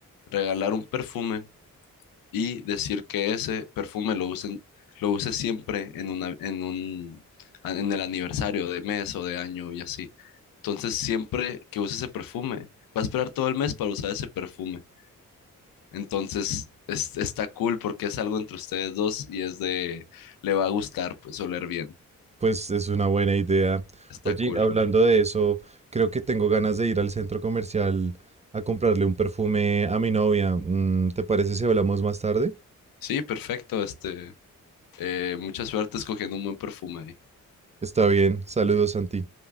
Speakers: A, on the left; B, on the right.
A: regalar un perfume y decir que ese perfume lo usen, lo use siempre en una, en un, a- en el aniversario de mes o de año y así. Entonces, siempre que use ese perfume, va a esperar todo el mes para usar ese perfume. Entonces, es- está cool porque es algo entre ustedes dos y es de, le va a gustar, pues, oler bien.
B: Pues es una buena idea.
A: Está
B: Oye,
A: cool.
B: hablando de eso, creo que tengo ganas de ir al centro comercial a comprarle un perfume a mi novia. Mm, ¿Te parece si hablamos más tarde?
A: Sí, perfecto. Este, eh, mucha suerte escogiendo un buen perfume ahí.
B: Está bien. Saludos, Santi.